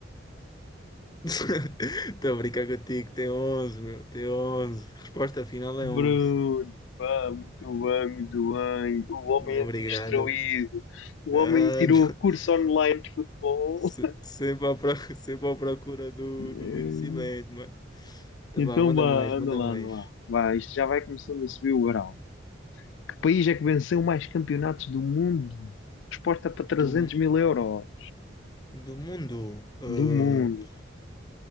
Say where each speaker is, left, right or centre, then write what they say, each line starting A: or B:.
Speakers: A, on the left; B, on the left.
A: <laughs> Estou a brincar contigo, tem onze meu, tem onze Resposta final
B: Bruno.
A: é onze
B: pá, muito bem, muito bem. O
A: Muito
B: homem anda
A: Obrigado.
B: instruído. O
A: Ah,
B: homem tirou
A: não.
B: curso
A: <laughs>
B: online de futebol.
A: Se- sempre à, pro- <laughs> sempre à procura do,
B: <laughs>
A: do conhecimento, mano. Tá
B: Então,
A: bom, manda
B: vá,
A: mais, manda
B: anda lá,
A: mais.
B: anda lá. Vá, isto já vai começando a subir o grau. Que país é que venceu mais campeonatos do mundo? Resposta para 300
A: Do,
B: mil euros.
A: do mundo, ah,
B: Do mundo.